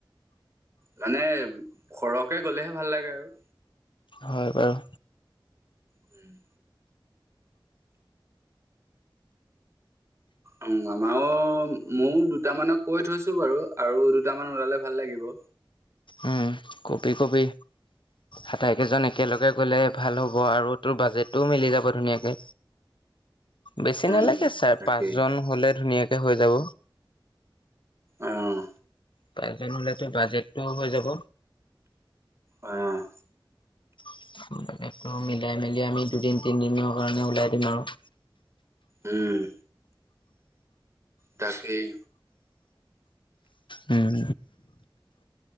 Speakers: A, on the right (about 30°); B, on the left (about 70°).
A: মানে সৰহকে গলেহে ভাল লাগে আৰু।
B: হয় বাৰু।
A: উম। অ' আমাৰো মোৰ দুটামানক কৈয় থৈছো বাৰু আৰু দুটামান ওলালে ভাল লাগিব।
B: উম, কবি কবি। আতাইকেইজনে একেলগে গলে ভাল হ'ব আৰু তোৰ বাজেটটোও মিলি যাব ধুনীয়াকে। বেছি
A: উম
B: নালাগে
A: উম
B: চাৰ
A: তাকেই
B: পাঁচ জন হ'লে ধুনীয়াকে হৈ যাব।
A: আহ
B: পাচঁজন হ'লে তোৰ বাজেট টোও হৈ যাব।
A: অ'
B: <unintelligible> মিলাই মেলি আমি দুদিন তিনিদিনৰ কাৰণে ওলাই দিম আৰু
A: উম তাকেই
B: উম